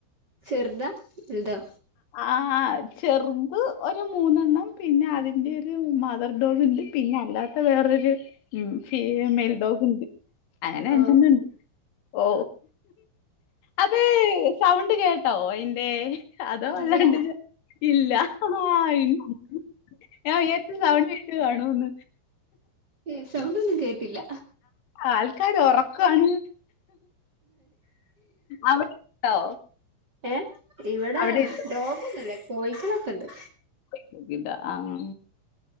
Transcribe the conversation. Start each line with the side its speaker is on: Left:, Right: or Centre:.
Right: ചെർതാ വെൽതോ
Left: അആഹ് ചെർത് ഒരു മൂന്നെണ്ണം പിന്നെ അതിന്റെയൊരു മദർ ഡോഗ്ണ്ട് പിന്നല്ലാത്ത വേറൊരു ഉം ഫീ മേൽഡോഗ്ണ്ട് അങ്ങനെ
Right: ഓ
Left: അഞ്ചെണ്ണണ്ട് ഓ അതേ സൗണ്ട് കേട്ടോ അയിൻ്റേ അതോവല്ലാണ്ട്
Right: ഇല്ല
Left: <unintelligible> ഇല്ല ഹഹഹാ ഇല്ല ഞാൻ വിജാരിച്ചു സൗണ്ട് കേട്ടു കാണൂന്ന്
Right: ഏഹ് സൗണ്ട് ഒന്നും കേട്ടില്ല
Left: ആൾക്കാര് ഒറക്കവാണ് അവിടെണ്ടോ
Right: ഏഹ് ഇവിടെ
Left: അവിടെയുണ്ടോ?
Right: ടോഗൊന്നുല്ല കോയിക്കളൊക്കെണ്ട്
Left: <unintelligible> ആഹ്